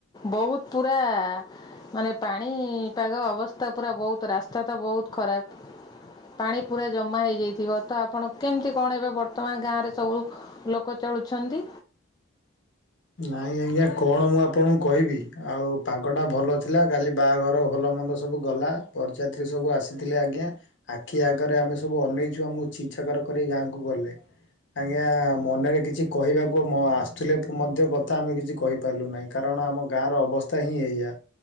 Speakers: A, on the left (about 20°); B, on the left (about 60°).
A: ବହୁତ ପୁରା ମାନେ ପାଣିପାଗ ଅବସ୍ଥା ପୁରା ବହୁତ୍ ରାସ୍ତା ତ ବହୁତ୍ ଖରାପ ପାଣି ପୁରା ଜମା ହେଇଯାଇଥିବ ତ ଆପଣ କେମିତି କଣ ଏବେ ବର୍ତ୍ତମାନ ଗାଁ ରେ ସବୁ ଲୋକ ଚଳୁଛନ୍ତି?
B: ନାଇଁ ଆଜ୍ଞା କଣ ମୁଁ ଆପଣଙ୍କୁ କହିବି ଆଉ ପାଗଟା ଭଲ ଥିଲା କାଲି ବାହାଘର ଭଲ ମନ୍ଦ ସବ୍ ସବୁ ଗଲା ବରଯାତ୍ରୀ ସବୁ ଆସିଥିଲେ ଆଜ୍ଞା। ଆଖି ଆଗରେ ଆମେ ସବୁ ଅନେଇଛୁ ଆମକୁ ଛି ଛାକର କରିକି ଗାଁକୁ ଗଲେ। ଆଜ୍ଞା ମନରେ କିଛି କହିବାକୁ ମ ଆସୁଥିଲେ ମଧ୍ୟ କଥା ଆମେ କିଛି କହିପାରିଲୁ ନାହିଁ କାରଣ ଆମ ଗାଁର ଅବସ୍ଥା ହିଁ ଏଇଆ।